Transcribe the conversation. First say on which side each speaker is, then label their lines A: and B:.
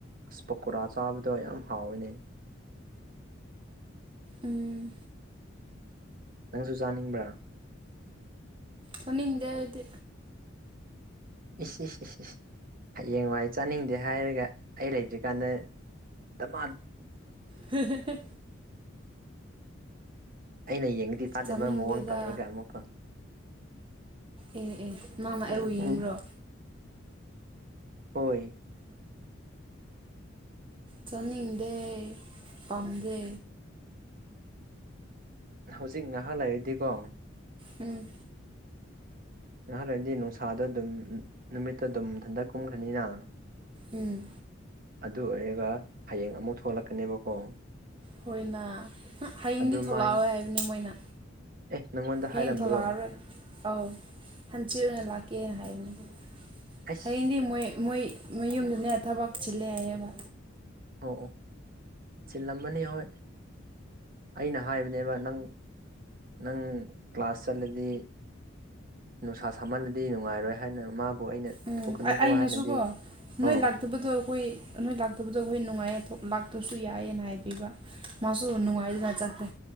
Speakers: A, on the right; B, on the right.
A: ꯑꯁ ꯄꯀꯣꯔꯥ ꯆꯥꯕꯗꯣ ꯌꯥꯝ ꯍꯥꯎꯋꯤꯅꯦ
B: ꯎꯝ
A: ꯅꯪꯁꯨ ꯆꯥꯅꯤꯡꯕ꯭ꯔꯥ
B: ꯁꯅꯤꯡꯗꯗꯤ
A: ꯏꯁ ꯏꯁ ꯍꯌꯦꯡ ꯋꯥꯏ ꯆꯥꯅꯤꯡꯗꯦ ꯍꯥꯏꯔꯒ ꯑꯩ ꯂꯩꯇ꯭ꯔꯤꯀꯥꯟꯗ ꯗꯃꯥꯟ
B: ꯍ
A: ꯑꯩꯅ ꯌꯦꯡꯗꯤ ꯇꯥꯗꯕ
B: ꯆꯥꯅꯤꯡꯗꯦꯗ
A: ꯃꯑꯣꯡ ꯇꯧꯔꯒ ꯑꯃꯨꯛꯀꯣ
B: ꯑꯦ ꯑꯦ ꯃꯥꯃꯑ
A: ꯎꯝ
B: ꯑꯣꯏꯏ꯭ꯔꯣ
A: ꯎꯝ ꯍꯣꯏ
B: ꯆꯅꯤꯗꯦ ꯄꯝꯗꯦ
A: ꯍꯧꯖꯤꯛ ꯉꯥꯏꯍꯥꯛ ꯂꯩꯔꯗꯤꯀꯣ
B: ꯎꯝ
A: ꯉꯍꯥꯥꯟꯋꯥꯗꯤ ꯅꯨꯡꯁꯥꯗ ꯑꯗꯨꯝ ꯅꯨꯃꯤꯠꯇ ꯑꯗꯨꯝ ꯊꯟꯗꯛ ꯀꯨꯝꯈ꯭ꯔꯅꯤꯅ
B: ꯎꯝ
A: ꯑꯗꯨ ꯑꯣꯏꯔꯒ ꯍꯌꯦꯡ ꯑꯃꯨꯛ ꯊꯣꯛꯂꯛꯀꯅꯦꯕꯀꯣ
B: ꯍꯣꯏꯅ ꯍꯌꯦꯡꯗꯤ
A: ꯑꯗꯨ
B: ꯊꯣꯛꯂꯛꯑꯣꯋꯦ
A: ꯃꯥꯏ
B: ꯍꯥꯏꯕꯅꯤ ꯃꯣꯏꯅ
A: ꯑꯦ ꯅꯪꯉꯣꯟꯗ
B: ꯍꯌꯦꯡ
A: ꯍꯥꯏꯔꯝꯕ꯭ꯔꯣ
B: ꯊꯣꯛꯂꯛꯑꯔꯣꯏ ꯑꯧ ꯍꯟꯆꯤ ꯑꯣꯏꯅ ꯂꯥꯛꯀꯦꯅ ꯍꯥꯏꯕꯅꯦ
A: ꯑꯩꯁ
B: ꯍꯌꯦꯡꯗꯤ ꯃꯣꯏ ꯃꯣꯏ ꯃꯌꯨꯝꯗꯨꯅꯦ ꯊꯕꯛ ꯆꯤꯜꯂꯦ ꯍꯥꯏꯌꯦꯕ
A: ꯑꯣ ꯑꯣ ꯆꯤꯜꯂꯝꯃꯅꯤ ꯍꯣꯏ ꯑꯩꯅ ꯍꯥꯏꯕꯅꯦꯕꯥ ꯅꯪ ꯅꯪ ꯀ꯭ꯂꯥꯁ ꯆꯠꯂꯥꯗꯤ ꯅꯨꯡꯁꯥ ꯁꯥꯝꯍꯜꯂꯗꯤ ꯅꯨꯡꯉꯥꯏꯔꯣꯏ ꯍꯥꯏꯕꯅ ꯃꯥꯕꯨ ꯑꯗꯨꯣ ꯑꯩꯅꯥ
B: ꯎꯝ
A: ꯊꯣꯛꯀꯅꯨꯀꯣ
B: ꯑꯩꯅꯁꯨꯀꯣ
A: ꯍꯥꯏꯅꯗꯤ
B: ꯅꯣꯏ
A: ꯀ‌ꯣ
B: ꯂꯥꯛꯇꯕꯗꯣ ꯑꯩꯈꯣꯏ ꯅꯣꯏ ꯂꯥꯛꯇꯕꯗꯣ ꯑꯩꯈꯣꯏ ꯅꯨꯡꯉꯥꯏꯌꯦ ꯂꯥꯛꯇ꯭ꯔꯁꯨ ꯌꯥꯏꯑꯅ ꯍꯥꯏꯕꯤꯕ ꯃꯥꯁꯨ ꯅꯨꯡꯉꯥꯏꯗꯨꯅ ꯆꯠꯇꯦ